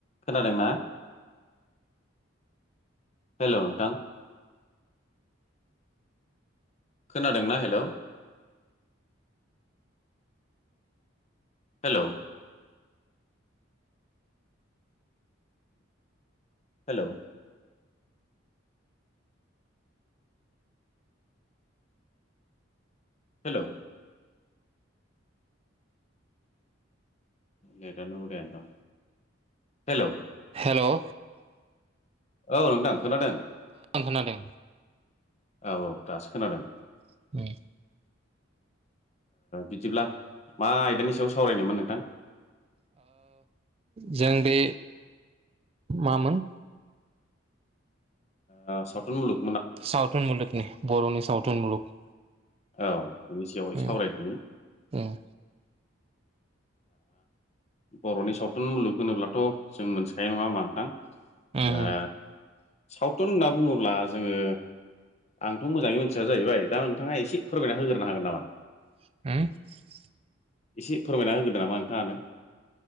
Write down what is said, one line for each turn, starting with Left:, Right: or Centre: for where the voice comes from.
Left: खोनादोंना हेलौ नोंथां खोनादोंना हेलौ हेलौ हेलौ हेलौ नेदानो उथाया दां हेलौ
Right: हलौ
Left: औ नोंथां खोनादों
Right: खोनादों
Left: औ औ दासो खोनादों
Right: <unintelligible>
Left: बिदिब्ला मा आयदानि सायाव सावरायनोमोन नोंथां
Right: जों बे मामोन
Left: आ सावथुन मुलुग
Right: सावथुन मुलुगनि बर'नि सावथुन मुलुग
Left: औ बिनि सावहाय
Right: उम
Left: सावरायदिनि
Right: उम
Left: बर'नि सावथुन मुलुग होनोब्लाथ' जों मोनथिखायो नंङा होनबा नोंथां
Right: उम
Left: ए सावथुन होनना बुंङोब्ला जोंङो आंथ' मोजांङै मिथिया जाहैबाय दा नोंथांङा एसे फोरमायना होग्रोनो हागोन नामा
Right: <unintelligible>
Left: एसे फोरमायना होगोनो नामा नोंथांङानो